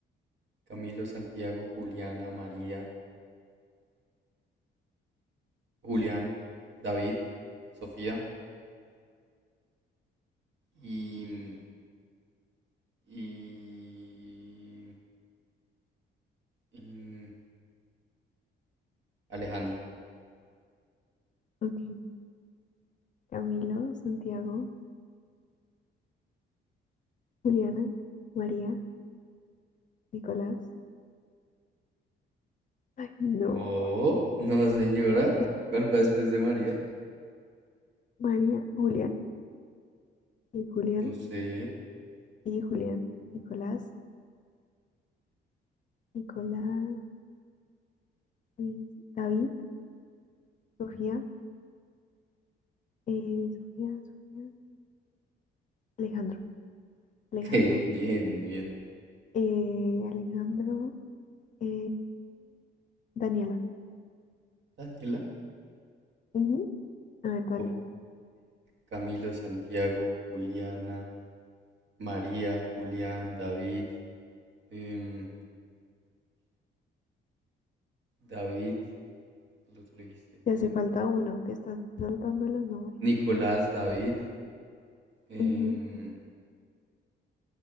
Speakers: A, on the right; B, on the left.
A: Camilo, Santiago, Juliana, María, Julián, David, Sofía y, y, y Alejandro.
B: Ok. Camilo Santiago Juliana María Nicolás. Ay, no.
A: No, no, señora.
B: Sí,
A: ¿Cuál va después de María?
B: María Julián y Julián.
A: No sé.
B: Y Julián, Nicolás, Nicolás, Luis, David, Sofía, eh, Sofía, Sofía, Alejandro, Alejandro,
A: Ok, <laughs> bien, bien.
B: eh, Alejandro, eh, Daniela.
A: Daniela.
B: Ujú. A ver, dale.
A: Ok. Camilo, Santiago, Juliana, María, Julián, David. em, David, el otro lo dijiste
B: Te hace
A: tú.
B: falta uno, te estás saltando los nombres.
A: Nicolás, David. em,
B: Ujú.